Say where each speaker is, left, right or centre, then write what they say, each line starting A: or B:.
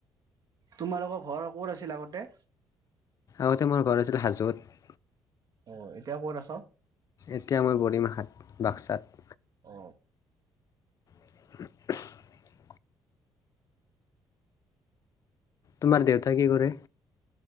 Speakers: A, on the right; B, on the left.
A: তোমালোকৰ ঘৰ ক'ত আছিল আগতে?
B: আগতে মোৰ ঘৰ আছিল হাজোত।
A: অ এতিয়া ক'ত আছ?
B: এতিয়া মই বৰিমাখাত বাক্সাত।
A: অ।
B: <unintelligible> তোমাৰ দেউতা কি কৰে?